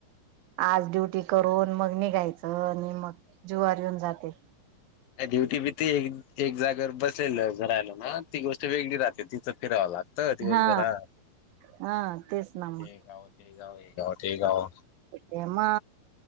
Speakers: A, on the right; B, on the left.
A: आज ड्युटी करून मग निघायचं आणि मग जुववर येऊन जाते
B: ड्युटी बी ते एक जागेवर बसलेलं घरायला ना ती गोष्ट वेगळी राहे तिथं फिरावं लागत दिवसभरात
A: हा हा तेच ना मग
B: हे गाव हे हे तेक आहे
A: तेमा